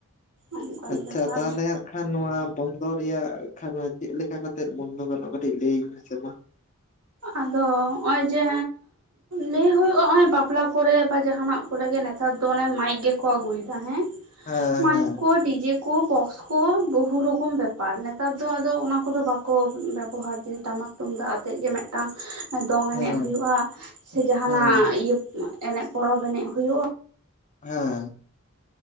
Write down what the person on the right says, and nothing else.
ᱚᱱᱠᱟᱱ
ᱵᱮᱯᱟᱨ
ᱟᱫᱚ ᱦᱚᱸᱜ-ᱚᱭ ᱡᱮ ᱞᱟᱹᱭ ᱦᱩᱭᱩᱜ-ᱟ ᱚᱸᱭ ᱵᱟᱯᱞᱟ ᱠᱚᱨᱮ ᱵᱟ ᱡᱟᱦᱱᱟᱜ ᱠᱚ ᱨᱮ ᱜᱮ ᱱᱮᱛᱟᱨ ᱫᱚ ᱚᱱᱮ ᱢᱟᱭᱤᱠ ᱜᱮᱠᱚ ᱟᱹᱜᱩᱭ ᱫᱟ ᱦᱮᱸ
ᱢᱟᱭᱤᱠ ᱠᱚ ᱰᱤᱡᱮ ᱠᱚ ᱵᱚᱠᱥ ᱠᱚ ᱵᱚᱦᱩ ᱨᱚᱠᱚᱢ ᱵᱮᱯᱟᱨ ᱱᱮᱛᱟᱨ ᱫᱚ ᱟᱫᱚ ᱚᱱᱟ ᱠᱚᱫᱚ ᱵᱟᱠᱚ ᱵᱮᱵᱚᱦᱟᱨ ᱫᱟ ᱴᱟᱢᱟᱠ ᱛᱩᱢᱫᱟᱜ ᱟᱛᱮᱜ ᱜᱮ ᱢᱤᱫᱴᱟᱝ ᱫᱚᱝ ᱮᱱᱮᱡ
ᱦᱩᱭᱩᱜ-ᱟ
ᱥᱮ ᱡᱟᱦᱟᱱᱟᱜ
ᱤᱭᱟᱹ ᱮᱱᱮᱡ ᱯᱚᱨᱚᱵ ᱮᱱᱮᱡ ᱦᱩᱭᱩᱜ-ᱟ